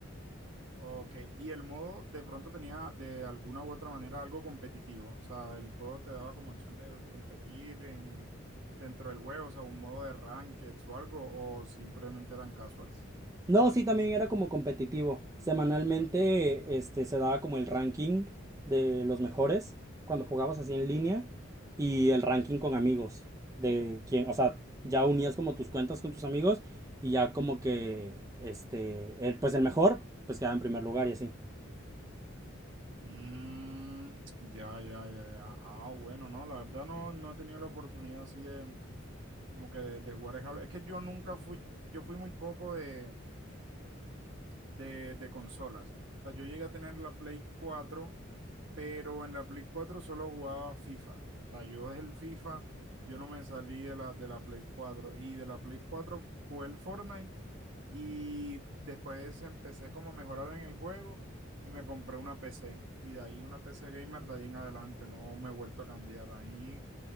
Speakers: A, on the right; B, on the right.
A: Ok, y el modo de pronto tenía de alguna u otra manera algo competitivo, o sea, el juego te daba como opción de competir en, dentro del juego, o sea, un modo de rankeds o algo, o simplemente eran casuals.
B: No, sí, también era como competitivo. Semanalmente, este, se daba como el ranking de los mejores cuando jugabas así en línea y el ranking con amigos de quién, o sea, ya unías como tus cuentas con tus amigos y ya como que, este, el- pues el mejor, pues quedaba en primer lugar y así.
A: Mm, ya, ya, ya, ya. Ah, bueno, no, la verdad no, no he tenido la oportunidad así de, como que de, de jugar el Halo. Es que yo nunca fui, yo fui muy poco de, de, de consolas, o sea, yo llegué a tener la Play cuatro. pero en la Play cuatro solo jugaba FIFA. O sea, yo desde el FIFA, yo no me salí de la, de la Play cuatro y de la Play cuatro jugué el Fortnite y después empecé como a mejorar en el juego y me compré una PC y de ahí una PC gamer de ahí en adelante, no me he vuelto a cambiar. Ahí